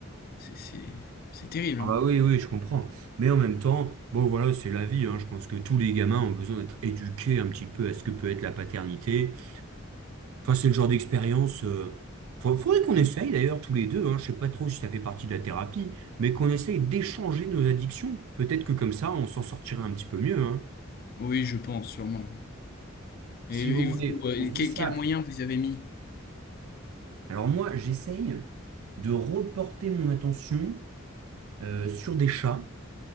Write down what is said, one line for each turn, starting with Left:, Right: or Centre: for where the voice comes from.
Left: c'est c'est c'est terrible,
Right: Ah
Left: hein.
Right: bah oui, oui, je comprends. Mais en même temps, bon voilà, c'est la vie, hein. Je pense que tous les gamins ont besoin d'être éduqués un petit peu à ce que peut être la paternité. Enfin, c'est le genre d'expérience. euh, fa- Faudrait qu'on
Left: Euh,
Right: essaye d'ailleurs tous les deux, hein. Je sais pas trop si ça fait partie de la thérapie, mais qu'on essaye d'échanger nos addictions. Peut-être que comme ça, on s'en sortirait un petit peu mieux, hein.
Left: Oui, je pense sûrement.
Right: Si
Left: Et,
Right: vous
Left: et vous,
Right: voulez,
Left: euh, et
Right: on se dit
Left: quel,
Right: ça.
Left: quel moyen vous avez mis?
Right: Alors moi, j'essaye de reporter mon attention euh, sur des chats.